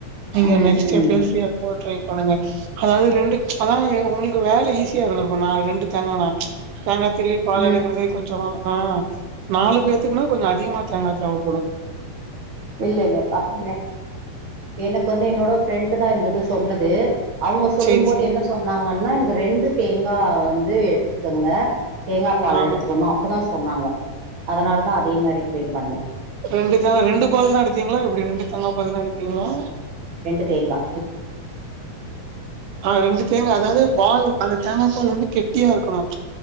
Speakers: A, on the right (about 70°); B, on the right (about 40°).
A: நீங்க
B: ம்
A: நெக்ஸ்ட்
B: ம்
A: பேசிய எப்போ பண்ணுங்க அதாவது ரெண்டு அதாவது உங்களுக்கு வேலை ஈஸியா இருந்திருக்கும் நா ரெண்டு தேங்கானா தேங்கா திருவி பால்
B: ம்
A: எடுக்குறது கொஞ்சம் ஆஹ் நாலு பேத்துக்குன்னா கொஞ்சம் அதிகமா தேங்கா தேவைப்படும்
B: இல்ல இல்ல அப்ப எனக்கு வந்து என்னோட ஃப்ரெண்டு் தான் இது சொன்னது அவங்க சொல்லும்
A: சேரி
B: போது
A: சேரி
B: என்ன சொன்னாங்கன்னா எனக்கு ரெண்டு தேங்கா வந்து எடுத்துக்கங்க தேங்கா பால்
A: ஆ
B: எடுத்துக்கணும் அப்படிதா சொன்னாங்க அதே மாரி ட்ரை பண்ண
A: ரெண்டு தா ரெண்டு பால் தா எடுத்திங்களா எப்டி ரெண்டு தேங்கா பால் எடுத்தீங்களா
B: ரெண்டு தேங்கா
A: ஆஹ் ரெண்டு தேங்கா அதாவது பால் அந்த தேங்காப்பால் வந்து கெட்டியா இருக்கனும்